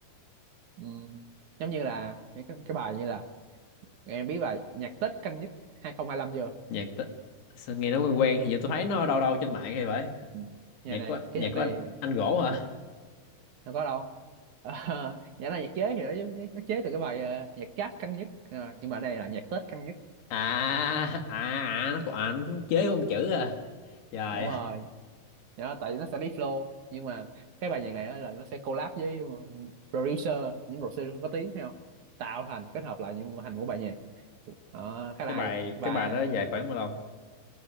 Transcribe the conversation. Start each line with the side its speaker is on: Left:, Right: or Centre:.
Right: Ừ. Giống như là những cái, cái bài như là em biết bài nhạc Tết căng nhất 2025 chưa?
Left: nhạc ta... sao nghe nó quen quen hình như tôi thấy nó đâu đâu trên mạng hay vậy
Right: Ừ. Nhà
Left: nhạc
Right: này
Left: của
Right: cái
Left: nhạc
Right: nhạc này
Left: của anh anh gỗ hả
Right: đâu có đâu. Ờ, <laughs> nhạc là nhạc chế thì nó, giống- nó chế từ cái bài ờ, nhạc Giáp căng nhất Ờ, nhưng mà đây là nhạc Tết căng nhất
Left: à à à nó còn à, nó chế con chữ à trời
Right: đúng
Left: ơi
Right: rồi đó, tại vì nó sẽ đi flow nhưng mà cái bài nhạc này á là nó sẽ collab với ờ, producer những producer có tiếng hay không tạo thành kết hợp lại những thành một bài nhạc Ờ, khá
Left: cái
Right: là hay
Left: bài
Right: và
Left: cái bài đó dài khoảng bao lâu